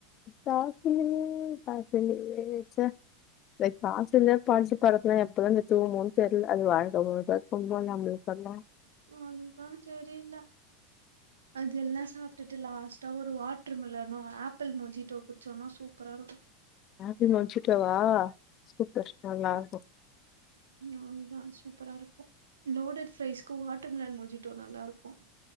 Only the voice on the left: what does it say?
காஸ் இல்லியே காஸ் இல்லியே ச்ச ஏய் காஸ் இல்ல பால்ஸி <unintelligible> எப்பதா கத்துக்குவோமோன்னு தெர்ல அது வாழ்க்க முழுக்கு இருக்கோ <unintelligible> தெர்ல
ஆப்பிள் மொஜிட்டாவா சூப்பர் நல்லாருக்கும்